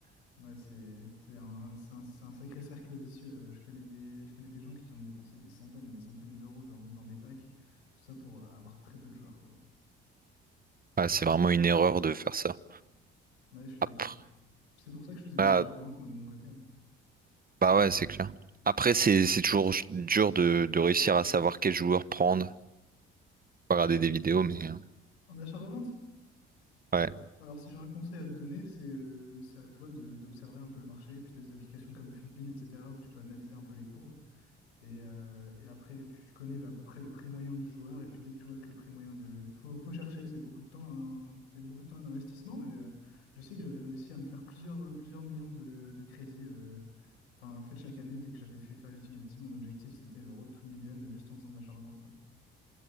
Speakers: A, on the left; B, on the right.
A: Ouais, c'est c'est un, c'est un, c'est un sacré cercle vicieux. Euh, Je connais des, je connais des gens qui ont dépensé des centaines et des centaines d'euros dans, dans des packs, tout ça pour euh, avoir très peu de joueurs, quoi.
B: Ouais, c'est vraiment une erreur de faire ça.
A: Ouais, je suis d'accord.
B: Après,
A: C'est pour ça que je faisais de
B: ah,
A: l'achat-revente, moi, de mon côté. hein.
B: bah ouais, c'est clair. Après, c'est c'est toujours dur de, de réussir à savoir quel joueur prendre. Faut Regarder des vidéos, mais euh,
A: En achat-revente?
B: ouais,
A: Alors, si j'ai un conseil à te donner, c'est euh, c'est à toi de- d'observer un peu le marché. Puis, tu as des applications comme Fitbin, etc., où tu peux analyser un peu les courbes. Et, euh, et après, tu connais le- à peu près le prix moyen du joueur. Et puis dès que tu vois que le prix moyen de... Il faut, faut chercher, c'est beaucoup de temps, hein, c'est beaucoup de temps et d'investissement. Mais euh, je sais que j'avais réussi à me faire plusieurs, euh, plusieurs millions de, de crédits. euh. Enfin, en fait, chaque année, dès que j'avais FIFA Ultimate Team, mon objectif, c'était le road to million euh, juste en faisant de l'achat-revente, quoi.